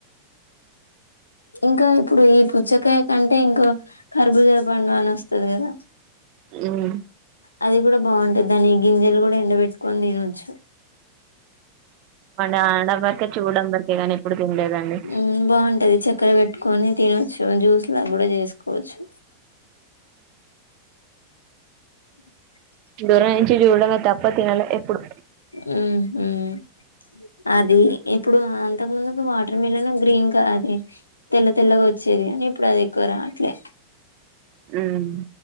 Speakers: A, on the left (about 80°); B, on the right (about 40°).
A: ఇంకా ఇప్పుడు ఈ పుచ్చకాయ కంటే ఇంకో కరుబుజ పండు అని వస్తది కదా
B: ఉమ్
A: అది కూడా బావుంటది దాని గింజలు కూడా ఎండబెట్టుకొని తినొచ్చు
B: వండ ఆడవరకి చూడంబరి తె గానీ ఎప్పుడు తినలేదండి
A: ఉమ్ బావుంటది చక్కెర పెట్టుకొని తిను సొగం జ్యూస్ లా గూడ చేసుకోవచ్చు <unintelligible>
B: దూరం నుంచి చూడడమే తప్ప తినలే ఎప్పుడు
A: ఉమ్ ఉమ్ అది ఇప్పుడు అంతకు ముందుకు వాటర్ మిలన్ గ్రీన్ క అది తెల్ల తెల్లగా వచ్చేది కానీ ఇప్పుడు అది ఎక్కువ రావట్లే
B: హ్మ్